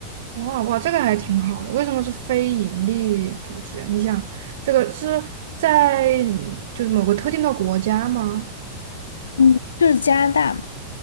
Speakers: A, on the right (about 55°); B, on the left (about 70°).
A: 哇哇，这个还挺好的。为什么是非盈利组织呀？你想，这个是在就是某个特定的国家吗？
B: 嗯，就是加拿大嘛。